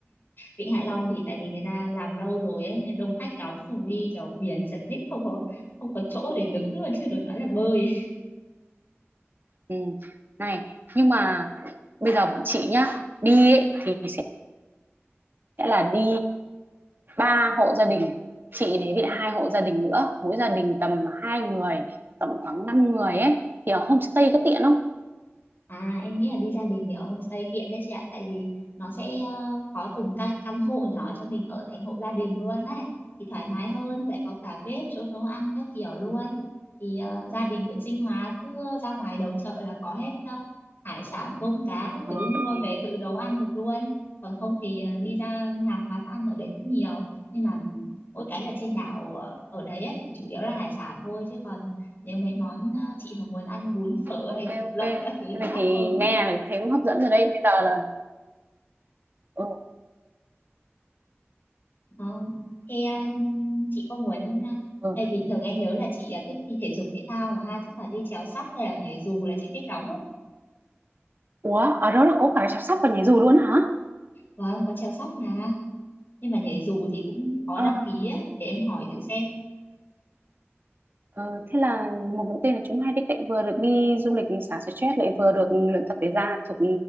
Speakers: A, on the left; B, on the right.
A: Vịnh Hạ Long thì tại vì người ta làm lâu rồi ấy nên đông khách lắm xong rồi đi kiểu biển chật ních không có không có chỗ để đứng luôn chứ đừng nói là bơi
B: ừ. này nhưng mà bây giờ bọn chị nhá đi ấy, thì sẽ là đi ba hộ gia đình chị đấy
A: Ừ.
B: với lại hai hộ gia đình nữa mỗi gia đình tầm hai người tổng khoảng 5 người ấy thì ở homestay có tiện không
A: À em nghĩ là đi gia đình thì ở homestay tiện đấy chị ạ Tại vì nó sẽ ờ, có từng ca, căn hộ nhỏ cho mình ở thành hộ gia đình luôn ấy Thì thoải mái hơn, lại có cả bếp, chỗ nấu ăn các kiểu luôn Thì ờ, gia đình tự sinh hoạt, cứ ra ngoài đầu chợ là có hết ờ, hải sản, tôm cá các
B: ờ,
A: thứ
B: vậy
A: mua
B: thì-
A: về tự nấu ăn được luôn Còn không thì ờ, đi ra hàng quán ăn ở đấy cũng nhiều Nhưng mà mỗi cái là trên đảo ờ, ở đấy ấy, thì chủ yếu là hải sản thôi Chứ còn nếu mấy món à, chị mà muốn ăn bún phở
B: ok
A: hay thịt
B: ok
A: lợn các thứ
B: thế
A: nó
B: vậy
A: đắt
B: thì
A: hơn ấy.
B: nghe là thấy cũng hấp dẫn rồi đấy bây giờ là ừ,
A: Ờ, thế à, chị có muốn à,
B: ừ.
A: ê, bình thường em nhớ là chị à, thích đi thể dục thể thao mà ha chắc là đi trèo sắp hay là nhảy dù là chị thích lắm đấy
B: ủa ở đó là có cả chăm sóc và nhảy dù luôn hả
A: vâng có trèo sắp mà nhưng mà nhảy dù thì cũng có
B: ờ,
A: đăng ký ấy để em hỏi thử xem
B: ờ, thế là một mũi tên là chúng hai đích lại vừa được đi du lịch xả stress lại vừa được luyện tập thể ra thuộc